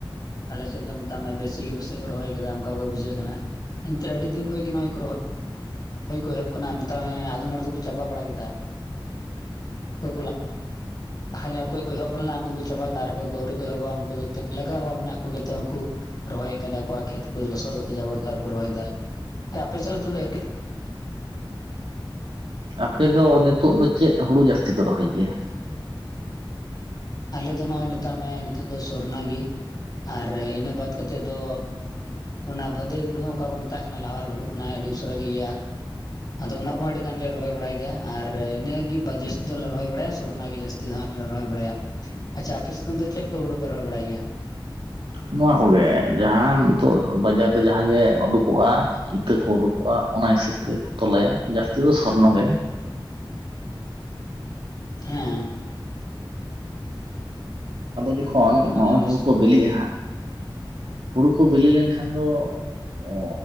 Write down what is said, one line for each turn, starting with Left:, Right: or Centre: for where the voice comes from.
Left: ᱟᱞᱮ ᱥᱮᱫ ᱫᱚ ᱢᱮᱛᱟᱜ ᱢᱮ ᱵᱮᱥᱤ ᱜᱮ ᱯᱟᱥᱮᱡ ᱠᱚ ᱨᱚᱦᱚᱭ ᱟᱠᱟᱫᱟ ᱚᱱᱠᱟ ᱜᱮ ᱵᱩᱡᱷᱟᱹᱜ ᱠᱟᱱᱟ ᱮᱱᱛᱮ ᱟᱹᱰᱤ ᱫᱤᱱ ᱠᱷᱚᱡ ᱜᱮ ᱱᱚᱣᱟ ᱜᱮᱠᱚ ᱨᱚᱦ ᱚᱠᱚᱭ ᱠᱚ ᱮᱦᱚᱵ ᱠᱟᱱᱟ ᱢᱮᱛᱟᱜ ᱢᱮ ᱟᱫᱚᱢ ᱦᱚᱲ ᱫᱚᱠᱚ ᱪᱟᱵᱟ ᱵᱟᱲᱟ ᱠᱮᱫᱟ ᱚᱠᱚᱭ ᱠᱚ ᱞᱟᱦᱟ ᱧᱚᱜ ᱚᱠᱚᱭ ᱠᱚ ᱮᱦᱚᱵ ᱞᱮᱱᱟ ᱩᱱᱠᱩ ᱫᱚᱠᱚ ᱪᱟᱵᱟ ᱠᱮᱫᱟ ᱟᱨ ᱚᱠᱚᱭ ᱠᱚ ᱟᱹᱣᱨᱤ ᱠᱚ ᱮᱦᱚᱵᱚᱜᱼᱟ ᱩᱱᱠᱩ ᱫᱚ ᱞᱟᱜᱟᱣᱟ ᱢᱮᱱᱟᱜ ᱠᱚ ᱜᱮᱛᱚ ᱩᱱᱠᱩ ᱨᱚᱦᱚᱭᱮᱫ ᱠᱟᱱᱟ ᱠᱚ ᱠᱷᱮᱛ ᱠᱚ ᱞᱚᱥᱚᱫᱟᱠᱚ ᱡᱟᱵᱚᱨ ᱠᱚ ᱨᱮᱠᱚ ᱨᱚᱦᱚᱭᱮᱫᱟ ᱟᱯᱮ ᱥᱮᱫᱟᱜ ᱛᱮᱫᱚ ᱮᱠ <inaudible>
Right: ᱟᱯᱮ ᱫᱚ ᱱᱤᱛᱚᱜ ᱫᱚ ᱪᱮᱫ ᱦᱩᱲᱩ ᱡᱟᱹᱥᱛᱤ ᱯᱮ ᱨᱚᱦᱚᱭ ᱜᱮᱭᱟ
Left: ᱟᱞᱮ ᱫᱚ ᱱᱚᱜᱼᱚᱭ ᱢᱮᱛᱟᱜ ᱢᱮ ᱱᱤᱛᱚᱜ ᱫᱚ ᱥᱚᱨᱱᱟ ᱜᱮ ᱟᱨ ᱤᱱᱟᱹ ᱵᱟᱫᱽ ᱠᱟᱛᱮᱫ ᱫᱚ ᱚᱱᱟ ᱵᱟᱹᱫᱟᱹᱭ ᱦᱳᱲᱩ ᱦᱚᱸ ᱚᱠᱟ ᱠᱚ ᱢᱮᱛᱟᱜ ᱠᱟᱱᱟ ᱞᱟᱣᱟᱨ ᱦᱩᱲᱩ ᱚᱱᱟ ᱦᱚᱸ ᱟᱹᱰᱤ ᱩᱥᱟᱹᱨᱟ ᱜᱮ ᱤᱭᱟᱹᱜᱼᱟ ᱟᱫᱚ ᱚᱱᱟ ᱠᱚᱦᱚᱸ ᱟᱹᱰᱤ ᱜᱟᱱ ᱞᱮ ᱨᱚᱦᱚᱭ ᱵᱟᱲᱟᱭ ᱜᱮᱭᱟ ᱟᱨ ᱤᱱᱟᱹ ᱜᱮ ᱵᱟ ᱡᱟᱹᱥᱛᱤ ᱫᱚᱞᱮ ᱨᱚᱦᱚᱭ ᱵᱟᱲᱟᱭᱟ ᱥᱚᱨᱱᱟ ᱜᱮ ᱡᱟᱹᱥᱛᱤ ᱛᱤ ᱫᱚ ᱦᱟᱸᱜ ᱫᱚᱞᱮ ᱨᱚᱦᱚᱭ ᱵᱟᱲᱟᱭᱟ ᱟᱪᱪᱷᱟ ᱟᱯᱮᱥᱮᱫ ᱫᱚ ᱪᱮᱫ ᱠᱚ ᱦᱩᱲᱩ ᱯᱮ ᱨᱚᱦᱚᱭ ᱵᱟᱲᱟᱭ ᱜᱮᱭᱟ
Right: ᱱᱚᱣᱟ ᱠᱚᱜᱮ ᱡᱟᱦᱟᱸ ᱱᱤᱛᱚᱜ ᱵᱟᱡᱟᱨ ᱨᱮ ᱡᱟᱦᱟᱸ ᱜᱮ ᱩᱰᱩᱠᱚᱜᱼᱟ ᱤᱛᱟᱹ ᱠᱚ ᱩᱰᱩᱠᱚᱜᱼᱟ ᱚᱱᱟ ᱦᱤᱥᱟᱹᱵ ᱛᱮᱜᱮ ᱠᱚ ᱛᱚᱞᱟᱭᱟ ᱡᱟᱹᱥᱛᱤ ᱫᱚ ᱥᱚᱨᱱᱚ ᱜᱮ
Left: ᱦᱮᱸ
Right: ᱟᱫᱚ ᱡᱚᱠᱷᱚᱱ
Left: ᱚᱱᱠᱟᱜᱮ
Right: ᱱᱚᱜᱼᱚᱭ
Left: ᱟᱞᱮ
Right: ᱦᱩᱲᱩ
Left: ᱥᱮᱫ
Right: ᱠᱚ
Left: ᱦᱚᱸ
Right: ᱵᱤᱞᱤᱜᱼᱟ ᱦᱟᱸᱜ ᱦᱩᱲᱩ ᱠᱚ ᱵᱤᱞᱤ ᱞᱮᱱ ᱠᱷᱟᱱ ᱫᱚ ᱚ